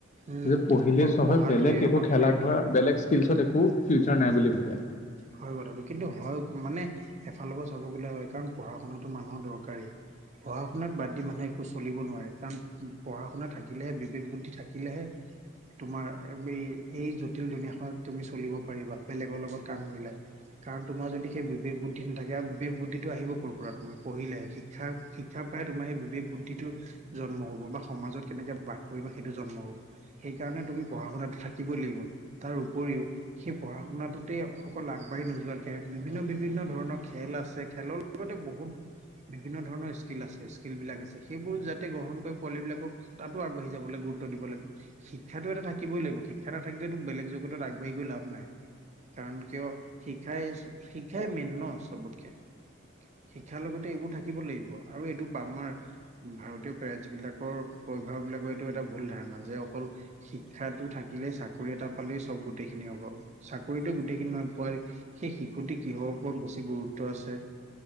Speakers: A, on the right; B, on the left.
A: উম
B: যদি পঢ়িলেই
A: অকল
B: চ'ব
A: পঢ়াটোৱে
B: হয় বেলেগ
A: অকল
B: একো খেলা-ধূলা
A: পঢ়াটোৱে
B: বেলেগ স্কিলছত একো ফিউচাৰ নাই বুলি ভাবে।
A: হয় কথাটো কিন্তু হয় মানে এফালৰ পৰা চাব গ'লে হয়, কাৰণ পঢ়া শুনাটো মানুহৰ দৰকাৰী। পঢ়া শুনাক বাদ দি মানুহে একো চলিব নোৱাৰে কাৰণ পঢ়া শুনা থাকিলেহে বিবেক বুদ্ধি থাকিলেহে তোমাৰ এই এই জটিল দুনীয়াখনত তুমি চলিব পাৰিবা। বেলেগৰ লগত কাণ মিলাই কাৰণ তোমাৰ যদি সেই বিবেক বুদ্ধিটো নাথাকে আৰু বিবেক বুদ্ধিটো আহিব ক পৰা, তুমি পঢ়িলে শিক্ষাৰ শিক্ষাৰ পৰাই তোমাৰ সেই বিবেক বুদ্ধিটো জন্ম হ'ব বা সমাজত কেনেকে বাস কৰিব সেইটো জন্ম হ'ব। সেইকাৰণে তুমি পঢ়া শুনাটো থাকিবই লাগিব। তাৰ উপৰিও সি পঢ়া শুনাটোতে অকল আগবাঢ়ি নোযোৱাকৈ বিভিন্ন বিভিন্ন ধৰণৰ খেল আছে খেলৰ লগতে বহুত বিভিন্ন ধৰণৰ স্কিল আছে। খেল বিলাক আছে, সেইবোৰ যাতে গ্ৰহণ কৰি পোৱালি বিলাকক তাতো আগবাঢ়ি যাবলৈ গুৰুত্ব দিব লাগে। শিক্ষাতো এটা থাকিবই লাগিব শিক্ষা নাথাকিলেতো বেলেগ জগতত আগবাঢ়ি গৈ লাভ নাই। কাৰণ কিয় শিক্ষাই শিক্ষাই মেইন ন চবতকে। শিক্ষাৰ লগতে এইবোৰ থাকিব লাগিব আৰু এইটো আমাৰ ভাৰতীয় পেৰেছবিলাকৰ অভিভাৱক বিলাকৰ এইটো এটা ভুল ধাৰণা যে অকল শিক্ষাটো থাকিলে চাকৰি এটা পালে চ'ব গোটেই খিনি হ'ব। চাক কৰিতো গোটেইখিনি নহয়, পোৱালি সেই শিশুটি কিহৰ ওপৰত বেছি গৰুত্ব গুৰুত্ব আছে,